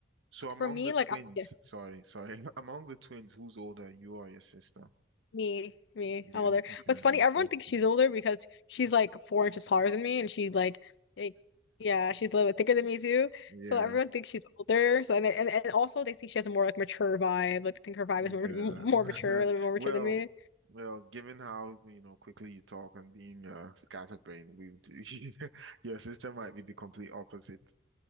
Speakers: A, on the right; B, on the left.
A: So among
B: for me,
A: the twins,
B: like I'm yeah,
A: sorry, sorry, <laughs> among the twins, who's older, you or your sister?
B: me, me,
A: You.
B: I'm older.
A: Okay.
B: What's funny,
A: Yeah.
B: everyone
A: first
B: thinks
A: one.
B: she's older because she's like four inches taller than me, and she's like, like yeah, she's a little bit thicker than me too.
A: <laughs> Yeah.
B: So everyone thinks she's older. So and and, and also they think she has a more like mature vibe. Like they think her vibe
A: Yeah.
B: is more more mature,
A: <laughs>
B: a little bit more mature
A: Well,
B: than me.
A: well, given how, you know, quickly you talk and being uh scatterbrained, we would- <laughs> your sister might be the complete opposite.